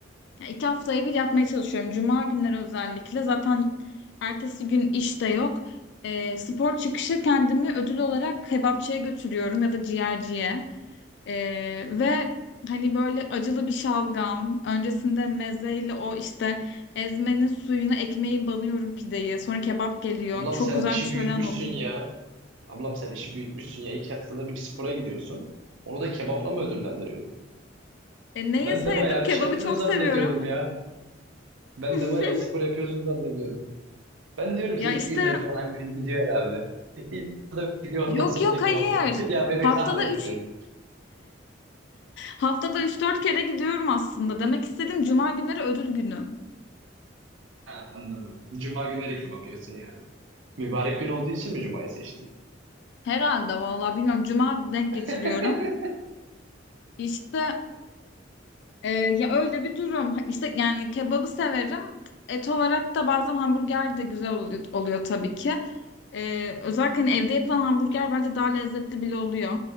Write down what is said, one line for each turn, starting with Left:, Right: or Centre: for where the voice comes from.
Left: yani iki haftaya bir yapmaya çalışıyorum. Cuma günleri özellikle. Zaten ertesi gün iş de yok. Ee, spor çıkışı kendimi ödül olarak kebapçıya götürüyorum ya da ciğerciye. Ee, ve hani böyle acılı bir şalgam. Öncesinde mezeyle o işte ezmenin suyuna ekmeği banıyorum pideyi. Sonra kebap geliyor.
Right: Ablam
Left: Çok
Right: sen
Left: güzel
Right: işi
Left: bir şölen
Right: büyütmüşsün
Left: oluyor.
Right: ya. Ablam sen işi büyütmüşsün ya. İki haftada bir spora gidiyorsun. Onu da kebapla mı ödüllendiriyorsun?
Left: E, ne
Right: Ben
Left: yeseydim?
Right: de bayağı
Left: Kebabı
Right: bir şey yapıyorsun
Left: çok
Right: zannediyordum
Left: seviyorum.
Right: ya. Ben
Left: <laughs>
Right: de bayağı spor yapıyorsun zannediyordum. Ben diyorum ki
Left: Ya
Right: iki
Left: işte
Right: günde bir falan biri gidiyor herhalde. İlk haftada bir gidiyor
Left: yok
Right: ondan sonra
Left: yok
Right: da kebap
Left: hayır.
Right: yiyor. <laughs> Ya beni
Left: Haftada
Right: kahrettin.
Left: 3 Haftada üç dört kere gidiyorum aslında. Demek istedim cuma günleri ödül günüm.
Right: Ha, anladım. Cuma günleri kebap yiyorsun yani. Mübarek gün olduğu için mi Cuma'yı seçtin?
Left: Herhalde vallahi bilmiyorum. Cuma denk
Right: <laughs>
Left: getiriyorum. İşte e, ya öyle bir durum. İşte yani kebabı severim. Et olarak da bazen hamburger de güzel oluyor, oluyor tabii ki. E, özellikle hani evde yapılan hamburger bence daha lezzetli bile oluyor.